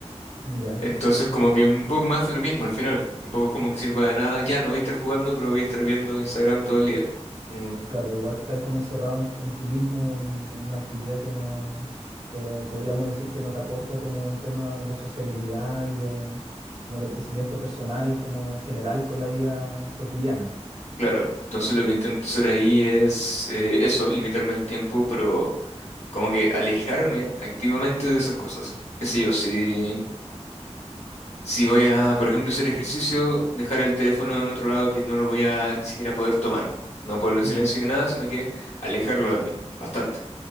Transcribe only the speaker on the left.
Entonces, como que un poco más de lo mismo al final. Tampoco es como que sirva de nada, ya no voy a estar jugando, pero voy a estar viendo Instagram todo el día. Mm,
claro. Entonces, lo que intento hacer ahí es eh, eso, limitarme el tiempo, pero como que alejarme activamente de esas cosas. Qué sé yo, si. Si voy a, por ejemplo, hacer ejercicio, dejar el teléfono en otro lado que no lo voy a ni siquiera poder tomar. No ponerlo en
silencio ni nada, sino que alejarlo de mí, bastante.